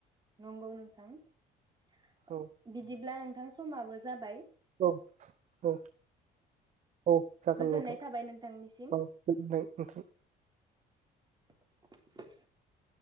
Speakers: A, on the right (about 25°); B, on the right (about 45°).
A: नंगौ नोंथां। ओ
B: औ
A: बिदिब्ला नों नोगथां समाबो जाबाय।
B: औ औ औ जागोन
A: गोजोननाय
B: नोंथां
A: थाबाय नोंथांनिसिम
B: औ नोंथां।
A: <inaudible>